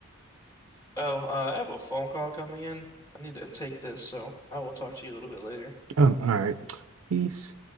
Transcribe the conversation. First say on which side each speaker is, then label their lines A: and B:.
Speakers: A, on the left; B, on the right.
A: Oh, uh, I have a phone call coming in. I need to take this, so I will talk to you a little bit later.
B: Um, all right. Peace.